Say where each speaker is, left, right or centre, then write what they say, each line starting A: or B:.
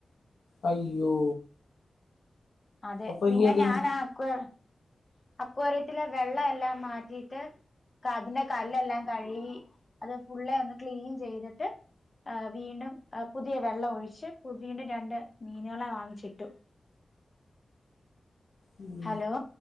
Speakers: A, on the left; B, on the left.
A: അയ്യോ
B: അതെ
A: അപ്പൊ
B: പിന്നെ
A: ഇനി അതെന്ത്
B: ഞാൻ ആ അക്വർ അക്വറിയത്തിലെ വെള്ളം എല്ലാം മാറ്റി യിട്ട് കതിന്റെ കല്ലെല്ലാം കഴുകി അത് ഫുള്ളെ ഒന്ന് ക്ലീൻ ചെയ്തിട്ട് ആഹ് വീണ്ടും ആ പുതിയ വെള്ളം ഒഴിച്ച് പുതീനെ രണ്ട് മീനുകളെ വാങ്ങിച്ചിട്ടു
A: ഉം
B: ഹലോ